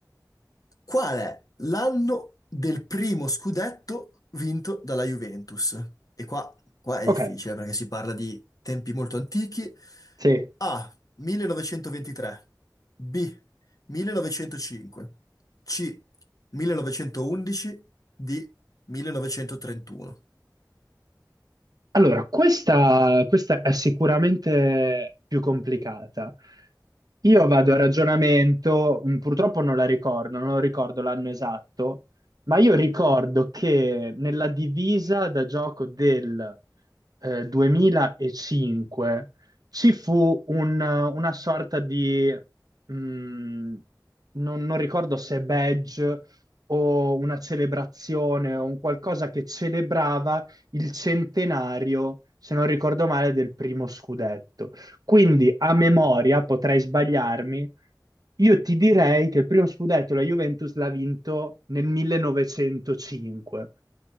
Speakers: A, on the left; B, on the right.
A: Qual è l'anno del primo scudetto vinto dalla Juventus? E qua, qua è
B: Ok,
A: difficile perché si parla di tempi molto antichi.
B: sì.
A: A. 1923. B. 1905. C. 1911. D. 1931.
B: Allora, questa, questa è sicuramente più complicata. Io vado a ragionamento, mh, purtroppo non la ricordo, non ricordo l'anno esatto, ma io ricordo che nella divisa da gioco del eh, 2005 ci fu un- una sorta di, mh, non, non ricordo se badge o una celebrazione o un qualcosa che celebrava il centenario, se non ricordo male, del primo scudetto. Quindi a memoria, potrei sbagliarmi, io ti direi che il primo scudetto la Juventus l'ha vinto nel 1905.